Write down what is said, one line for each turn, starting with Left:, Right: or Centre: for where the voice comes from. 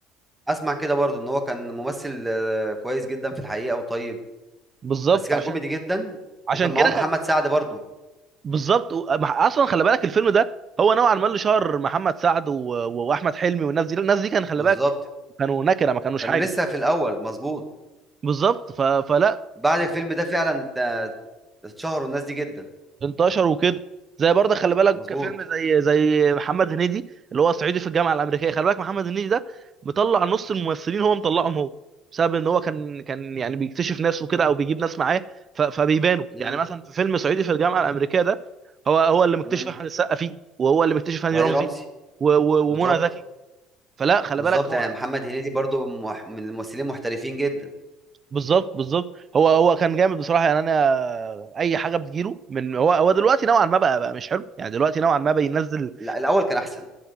Centre: اسمع كده برضو ان هو كان ممثل آه، كويس جدا في الحقيقه وطيب
Right: بالظبط
Centre: بس كان
Right: عشان
Centre: كوميدي جدا
Right: عشان
Centre: وكان معاهم
Right: كده خل...
Centre: محمد سعد برضو
Right: بالظبط و- مع- اصلا خلي بالك الفيلم ده هو نوعا ما اللي شهر محمد سعد و... و- واحمد حلمي والناس دي الناس دي كان
Centre: بالظبط
Right: خلي بالك كانوا نكره ما كانوش
Centre: كانوا
Right: حاجه
Centre: لسه في الاول مظبوط
Right: بالظبط ف... فلا
Centre: بعد الفيلم ده فعلا ات- اتشهروا الناس دي جدا
Right: انتشر وكده زي برضه خلي بالك
Centre: مظبوط
Right: فيلم زي زي محمد هنيدي اللي هو صعيدي في الجامعه الامريكيه خلي بالك محمد هنيدي ده مطلع نص الممثلين هو مطلعهم هو بسبب ان هو كان كان يعني بيكتشف ناس وكده او بيجيب ناس معاه ف- فبيبانوا
Centre: امم
Right: يعني مثلا في فيلم صعيدي في الجامعه الامريكيه ده هو هو اللي مكتشف
Centre: امم
Right: احمد السقا فيه وهو اللي مكتشف هاني
Centre: وهاني
Right: رمزي
Centre: رمزي
Right: و- و-
Centre: بالظبط
Right: ومنى زكي فلا خلي
Centre: بالظبط
Right: بالك هو
Centre: يعني محمد هنيدي برضو من مح- من الممثلين المحترفين جدا
Right: بالظبط بالظبط هو هو كان جامد بصراحه يعني انا اي حاجه بتجيله من هو هو دلوقتي نوعا ما بقى بقى مش حلو يعني دلوقتي نوعا ما بينزل
Centre: لا الاول كان احسن